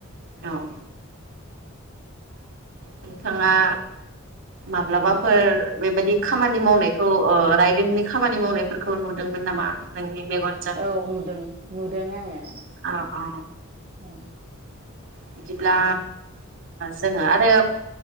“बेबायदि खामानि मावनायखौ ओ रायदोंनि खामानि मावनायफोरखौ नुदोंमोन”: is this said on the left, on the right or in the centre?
Right